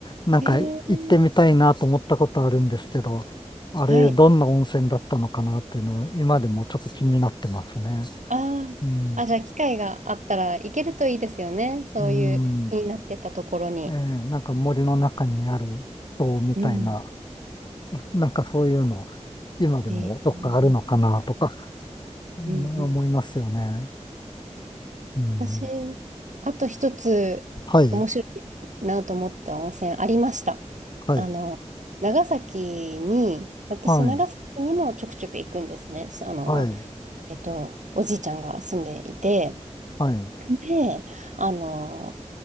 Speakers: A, on the left (about 35°); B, on the right (about 85°).
A: なんか行ってみたいなと思ったことあるんですけど、
B: えー、
A: あれどんな温泉だったのかなっていうのは今でもちょっと気になってますね。
B: はい。ああ、
A: うん。
B: あ、じゃあ機会があったら行けるといいですよね。そういう気になってたところに。
A: うん。ええなんか森の中にある塔みたいな、
B: うん。
A: なんかそういうの、今でもどっかあるのかなとか、
B: えー
A: そんな思いますよね。
B: うんうん。
A: うん、
B: 私、あと一つ面白いなと思った温泉ありました。
A: はい、はい、
B: あの、長崎に、私、
A: はい、
B: 長崎にもちょくちょく行くんですね。あの、
A: はい、
B: えっと、おじいちゃんが住んでいて、
A: はい。
B: で、あの、